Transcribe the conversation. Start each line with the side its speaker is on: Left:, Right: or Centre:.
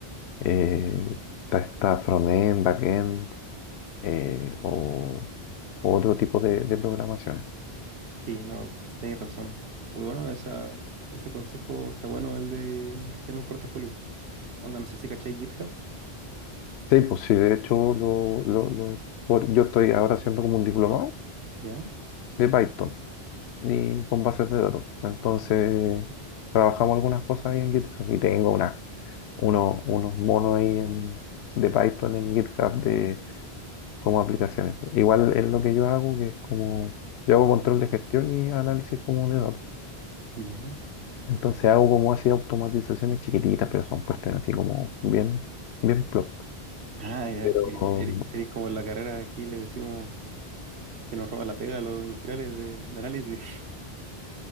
Left: eh, está, está frontend, backend eh, o o otro tipo de, de programaciones.
Right: Sí, no, tenéis razón. Muy bueno, esa, ese consejo está bueno, el de tener un portafolio. Onda, no sé si cacháis GitHub.
Left: Sí, pues sí, de hecho lo, lo- lo- por- yo estoy ahora haciendo como un diplomado
Right: Ya,
Left: de Python y con bases de datos. Entonces trabajamos algunas cosas ahí en GitHub y tengo unas unos, unos monos ahí en- de Python en GitHub de como aplicaciones. Igual es lo que yo hago, que es como yo hago control de gestión y análisis como de datos.
Right: ya.
Left: Entonces hago como así automatizaciones chiquititas, pero son cuestiones así como bien, bien plop.
Right: Ah, ya.
Left: Pero
Right: eri-
Left: um,
Right: eri- Eres como en la carrera aquí le decimos que nos roba la pega a los industriales de, de análisis. <laughs>